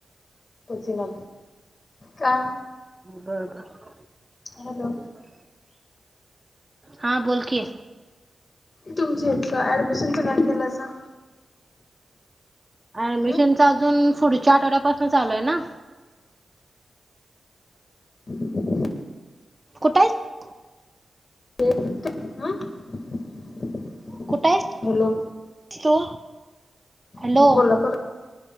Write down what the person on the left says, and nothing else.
ऐकूच इना का
हॅलो
तुमचं इथलं ऍडमिशनच काय केलासा?
हम्म
<inaudible>
<unintelligible>
हॅलो
मी कोल्हापुरात